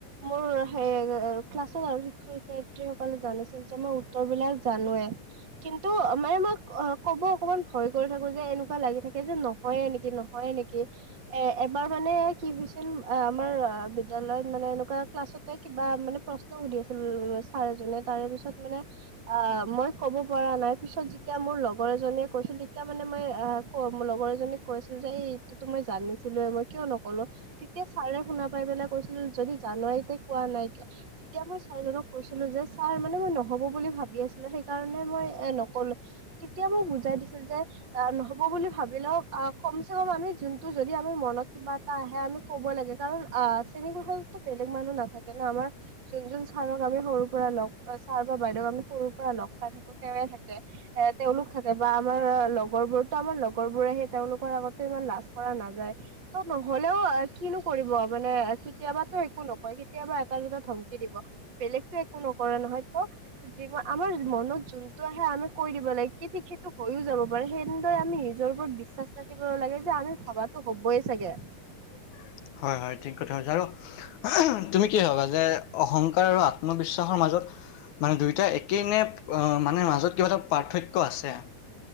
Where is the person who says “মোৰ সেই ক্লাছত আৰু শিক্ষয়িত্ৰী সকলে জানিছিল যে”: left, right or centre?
Right